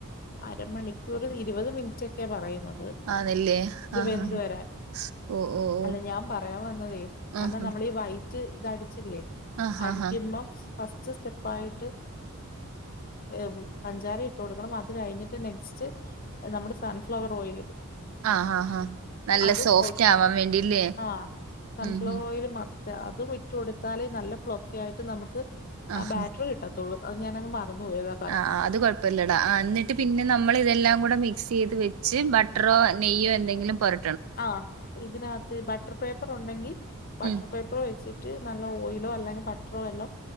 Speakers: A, on the left (about 40°); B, on the right (about 65°).
A: അരമണിക്കൂർ ഇരുവത് മിൻ റ്റൊക്കെ പറയുന്നത്
B: ആ നല്ലേ
A: ഇത്
B: ആഹ്
A: വെന്ത്
B: ആഹ
A: വരാൻ
B: ഓ ഓ
A: അല്ല ഞാൻ പറയാൻ വന്നതേ കാരണം
B: ആഹ്
A: നമ്മളീ ഈ വൈ ഇതടിച്ചില്ലേ
B: ആഹ്
A: അടിക്കുമ്പോ
B: ആഹ് ആഹ്
A: ഫസ്റ്റ് സ്റ്റെപ്പായിട്ട്.. ഏ പഞ്ചാര ഇട്ട് കൊടുക്കണം അത് കഴിഞ്ഞിട്ട് നെക്സ്റ്റ് നമ്മുടെ സൺഫ്ലവർ ഓയില്
B: ആഹ് ആഹ് ആഹ് നല്ല
A: അതും
B: സോഫ്റ്റ്
A: ഒഴിച്ച്
B: ആവാൻ വേണ്ടില്ലേ
A: ആഹ സൺഫ്ലവർ
B: ഉം ഉം
A: ഓയില് മാത്രം അതും ഇട്ട് കൊടുത്താലേ നല്ല പ്ലഫീ ആയിട്ട് നമുക്ക്
B: ആഹ്
A: ആ ബാറ്ററി കിട്ടും കിട്ടത്തൊള്ളൂ അത് ഞാനങ് മറന്ന് പോയി അതാ
B: ആ് അത് കുഴപ്പമില്ലടാ എന്നിട്ട് പിന്നെ നമ്മൾ ഇതെല്ലാം കൂടെമി മിക്സ് ചെയ്ത് വെച്ച് ബട്ടറോ നെയ്യോ എന്തെങ്കിലും പോര
A: ആ ഇതിനകത്ത് ബട്ടർ പേപ്പർ ഉണ്ടെങ്കിൽ ബട്ടർ
B: ഉം
A: പേപ്പർ <unintelligible> വെച്ചിട്ട് നല്ല ഓയിലോ അല്ലെങ്കിൽ ബട്ടറോ വല്ലോം